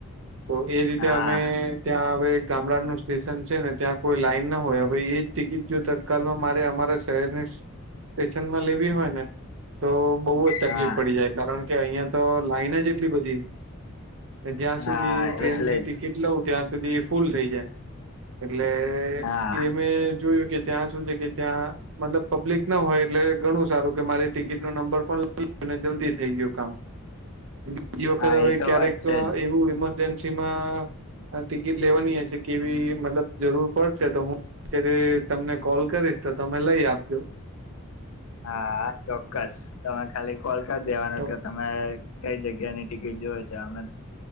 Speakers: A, on the right (about 60°); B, on the left (about 70°).
A: તો એ રીતે
B: હા
A: અમે ત્યાં હવે ગામડાનું સ્ટેશન છે ને ત્યાં કોઈ લાઈન ન હોય હવે એજ ટિકિટ જો તત્કાલમાં મારે અમારા શહેરની ટેશનમાં લેવી હોય ને તો બોવજ તકલીફ
B: હા
A: પડી જાય કારણ કે અયાં તો લાઈન જ એટલી બધી જ્યાં સુધી
B: હા
A: ટ્રેનની
B: એટલે જ
A: ટિકિટ લઉં ત્યાં સુધી ફૂલ થઈ જાય એટલે
B: હા
A: એ મેં જોયું કે ત્યાં શું છે કે ત્યાં મતલબ પબ્લિક ન હોય એટલે ઘણું સારું કે મારી ટિકિટ નો નંબર પણ લઈ ને જલ્દી થઈ ગયું કામ બીજી વખત
B: હા
A: હવે
B: એ તો
A: ક્યારેક
B: વાત છે જ
A: એવું ઈમરજન્સીમાં ટિકિટ લેવાની હશે કેવી મતલબ જરૂર પડશે તો હું ત્યારે તમને કોલ કરીશ તો તમે લઈ આપજો
B: હા ચોક્કસ તમે ખાલી કોલ કર દેવાનો
A: તમ
B: કે ત મે કઈ જગ્યાની ટિકિટ જોવે છે અમે